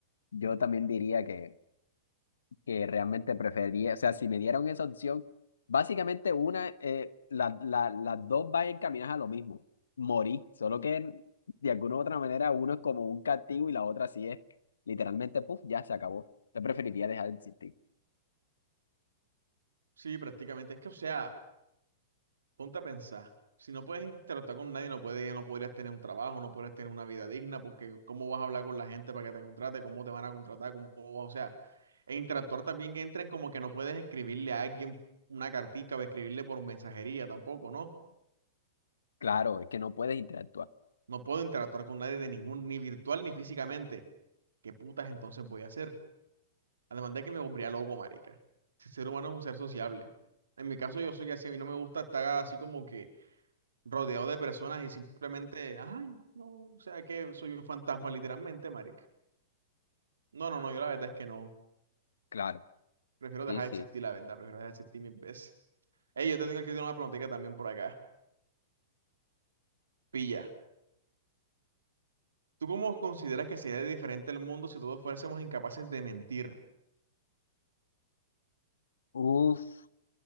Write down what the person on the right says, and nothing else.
Sí, prácticamente. Es que, o sea, ponte a pensar. Si no puedes interactuar con nadie, no puedes, no podrías tener un trabajo, no podrías tener una vida digna, porque cómo vas a hablar con la gente para que te contrate, cómo te van a contratar, cómo vas, o sea, e interactuar también que entren como que no puedes escribirle a alguien una cartica o escribirle por mensajería tampoco, ¿no?
No puedo interactuar con nadie de ningún, ni virtual ni físicamente. ¿Qué putas entonces voy a hacer? Además de que me volvería loco, marica. Si el ser humano es un ser sociable. En mi caso, yo soy así. A mí no me gusta estar así como que rodeado de personas y simplemente, ay, no, o sea que soy un fantasma, literalmente, marica. No, no, no, yo la verdad es que no.
Prefiero dejar
de
existir, la verdad. Prefiero dejar de existir mil veces. Ey, yo te tengo que hacer una preguntita también por acá. Pilla. ¿Tú cómo consideras que sería diferente el mundo si todos fuésemos incapaces de mentir?